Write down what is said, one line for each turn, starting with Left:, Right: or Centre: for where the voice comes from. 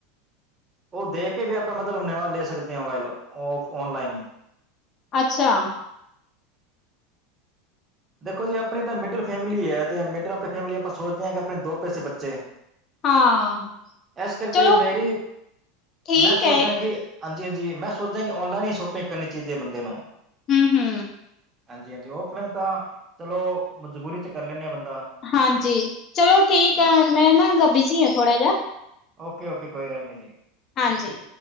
Right: ਉਹ ਦੇਕੇ ਵੀ ਆਪਾ ਮਤਲਬ ਨਵਾਂ ਲੈ ਸਕਦੇ ਆ ਮੋਬੈਲ, ਔਫ ਔਨਲਾਈਨ।
Left: ਅੱਛਾ।
Right: ਦੇਖੋ ਜੀ ਆਪਣੀ ਤਾਂ ਮਿਡਲ ਫੈਮਿਲੀ ਐ, ਤੇ ਮਿਡਲ ਫ ਫੈਮਲੀ ਆਪਾਂ ਸੋਚਦੇ ਆ ਕਿ ਆਪਣੇ ਦੋ ਪੈਸੇ ਬੱਚੇ।
Left: ਹਾਂ
Right: ਐਸ ਕਰਕੇ
Left: ਚਲੋ
Right: ਮੇਰੀ,
Left: ਠੀਕ
Right: ਮੈਂ ਸੋਚਦਾਂ
Left: ਹੈ
Right: ਕਿ ਹਾਂਜੀ-ਹਾਂਜੀ, ਮੈਂ ਸੋਚਦਾ ਕਿ ਔਨਲਾਈਨ ਈ ਸ਼ੋਪਿੰਗ ਕਰਨੀ ਚਾਹੀਦੀ ਐ, ਬੰਦੇ ਨੂੰ।
Left: ਹੂੰ, ਹੂੰ।
Right: ਹਾਂਜੀ-ਹਾਂਜੀ, ਔਫਲੈਨ ਤਾ ਚਲੋ ਮਜ਼ਬੂਰੀ'ਚ ਕਰ ਲੈਂਨੇ ਆ ਬੰਦਾ।
Left: ਹਾਂਜੀ, ਚਲੋ ਠੀਕ
Right: ਹਾਂਜੀ
Left: ਆ, ਮੈਂ ਨਾ ਬਿਜੀ ਆ ਥੋੜਾ ਜਾ
Right: ਓਕੇ-ਓਕੇ, ਕੋਈ ਗੱਲ ਨੀ ਜੀ।
Left: ਹਾਂਜੀ।